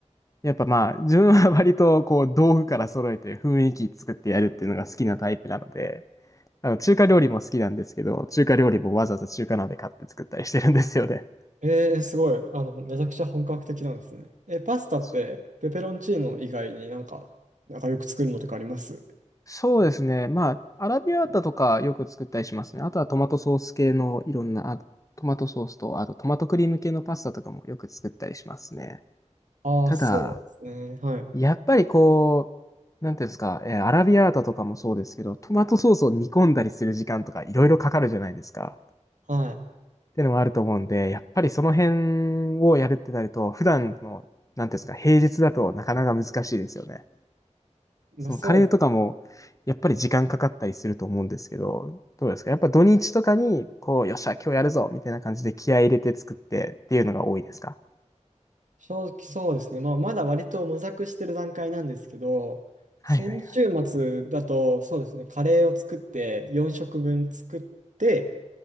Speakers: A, on the left; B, on the right.
A: やっぱまあ、自分は割とこう、道具から揃えて雰囲気作ってやるっていうのが好きなタイプなので、あの、中華料理も好きなんですけど、中華料理もわざわざ中華鍋買って作ったりしてるんですよね。
B: えー、すごい。あの、めちゃくちゃ本格的なんですね。え、パスタって、
A: そ
B: ペペロンチーノ以外になんか、なんかよく作るのとかあります
A: そうですね。まあ、アラビアータとかよく作ったりしますね。あとはトマトソース系のいろんな、あトマトソースと、あとトマトクリーム系のパスタとかもよく作ったりしますね。
B: ああー、
A: ただ、
B: そうですね。はい。
A: やっぱりこう、なんていうんですか、えーアラビアータとかもそうですけど、トマトソースを煮込んだりする時間とかいろいろかかるじゃないですか。
B: は
A: っていうのもあると思うんで、やっぱりその辺をやるってなると、普段の、なんていうんですか、平日だとなかなか難しいですよね。
B: い。
A: そのカレーとかも、
B: まあ、そう、
A: やっぱり時間かかったりすると思うんですけど、どうですかやっぱ土日とかに、こう、よっしゃ、今日やるぞみたいな感じで気合い入れて作ってっていうのが多いですか
B: 正直そうですね。まあ、まだ割と模索してる段階なんですけど、
A: はいはいはい。
B: 先週末だと、そうですね、カレーを作って、4食分作って、